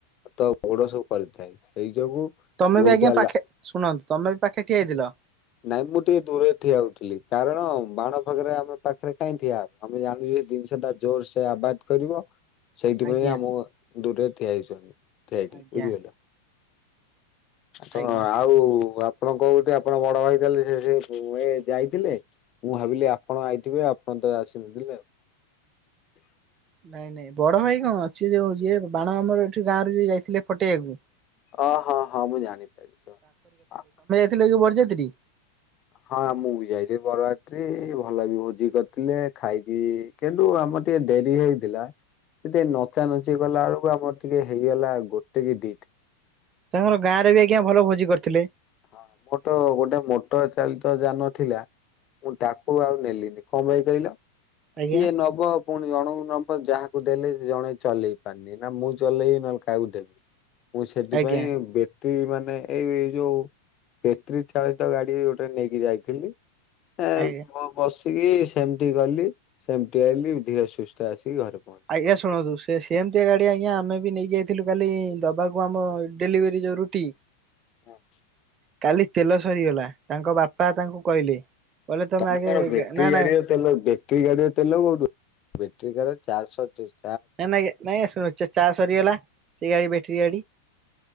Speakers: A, on the left; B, on the right.
A: ହାତ ଗୋଡ ସବୁ କରିଥାଏ ସେଇ ଯୋଗୁ
B: ତମେ
A: ଯୋଉଟା
B: ବି ଆଜ୍ଞା ପାଖେ
A: ଲା
B: ଶୁଣନ୍ତୁ ତମେ ବି ପାଖେ ଠିଆଇଥିଲ।
A: ନାଇଁ ମୁଁ ଟିକେ ଦୂରରେ ଠିଆ ହଉଥିଲି କାରଣ ବାଣ ଫାଗରେ ଆମ ପାଖରେ କାଇଁ ଠିଆ ହ ଆମେ ଜାଣୁ ସେ ଜିନିଷ ଟା ଜୋର ସେ ଆବାଜ କରିବ। ସେଇଥିପାଇଁ
B: ଆଜ୍ଞା
A: ଆମୋ ଦୂରରେ ଠିଆ ହେଇଚୁ ଆମେ ଠିଆ ହେଇଥିଲୁ
B: ଆଜ୍ଞା
A: ବୁଝିପାଇଲ। ତ
B: ଆଜ୍ଞା।
A: ଆଉ ଆପଣ କୋଉଠି ଆପଣ ବ ବଡ ଭାଇ ତାଲେ ସେ ସେ ଯୋ ଏ ଯାଇଥିଲେ ମୁଁ ଭାବିଲି ଆପଣ ଆଇଥିବେ ଆପଣ ତ ଆସିନଥିଲେ ଆଉ।
B: ନାଇଁ ନାଇଁ ବଡ ଭାଇ କଣ ସିଏ ଯୋଉ ଯିଏ ବାଣ ଆମର ଏଠି ଗାଁ ରୁ ଯିଏ ଯାଇଥିଲେ ଫଟେଇବାକୁ
A: ଓ ହଁ ହଁ ମୁଁ ଜାଣିପାରିଛି ସବୁ ହଁ।
B: ଥିଲେ ଯୋଉ ବର୍ଜାତିରି
A: ହଁ ମୁଁ ବି ଯାଇଥିଲି ବରରାତ୍ରି ଭଲ ବି ଭୋଜି କରିଥିଲେ ଖାଇ ପି କିନ୍ତୁ ଆମର ଟିକେ ଡେରି ହେଇଥିଲା କିନ୍ତୁ ଏ ନଚା ନଚି କଲା ବେଳକୁ ଆମର ଟିକେ ହେଇଗଲା ଗୋଟେ କି ଦିଟ୍
B: ତାଙ୍କର ଗାଁରେ ବି ଆଜ୍ଞା ଭଲ ଭୋଜି କରିଥିଲେ।
A: ହଁ ମୋର ତ ଗୋଟେ ମ ଟର ଚାଲିତ ଯାନ ଥିଲା ମୁଁ ତାକୁ ଆଉ ନେଲିିନି କଂ ପାଇଁ କହିଲ।
B: ଆଜ୍ଞା
A: କିଏ ନବ ପୁଣି ଜଣକୁ ନବ ଯାହାକୁ ଦେଲେ ସେ ଜଣେ ଚଲେଇ ପାରନି ନା ମୁଁ ଚଲେଇବି ନହେଲେ କାହାକୁ ଦେବୁ। ମୁଁ ସେଥି
B: ଆଜ୍ଞା
A: ପାଇଁ ବେଟ୍ରି ମାନେ ଏଇ ଯୋଉ ବେଟ୍ରି ଚାଳିତ ଗାଡି ଗୋଟେ ନେଇକି ଯାଇଥିଲି ଏ
B: ଆଜ୍ଞା
A: ମୁଁ ବସିକି ସେମତି ଗଲି ସେମତି ଆଇଲିି ଧୀର ସୁସ୍ଥ ଆସିକି ଘରେ ପହଞ୍ଚି
B: ଆଜ୍ଞା ଶୁଣନ୍ତୁ ସେ ସେମିତିଆ ଗାଡ଼ି ଆଜ୍ଞା ଆମେ ବି ନେଇଯାଇଥିଲୁ କାଲି ଦବାକୁ ଆମ ଡେଲିଭରି ଯୋଉ ରୁ ଟି।
A: ହଁ।
B: କାଲି ତେଲ ସରିଗଲା ତାଙ୍କ ବାପା ତାଙ୍କୁ କହିଲେ କହିଲେ ତମେ
A: ତମ
B: ଆଗେ
A: କାର ବ୍ୟାଟେରୀ
B: କେ ନା
A: ଗାଡିର
B: ନା
A: ତେଲ ବେଟରୀ ଗାଡିରେ ତେଲ କୋଉଠୁ ବେଟରୀ ଗାଡ ରେ ଚାଜ୍ ସର୍ଜା
B: ନାଇ ନା ଆଜ୍ଞା ନାଇଁ ଶର ସେ ଚାର୍ଜ ସରିଗଲା ସେ ଗାଡି ବେଟ୍ରି ଗାଡି